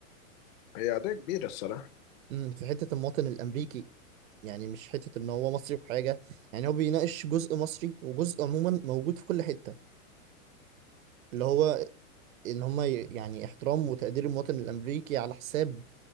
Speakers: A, on the left (about 35°); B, on the right (about 70°).
A: هي قضيه كبيره الصراحه
B: امم في حتة المواطن الامريكي يعني مش حتة ان هو مصري وحاجة يعني هو بيناقش جزء مصري وجزء عموما موجود في كل حتة اللي هو ان هم ي- يعني احترام وتقدير المواطن الامريكي على حساب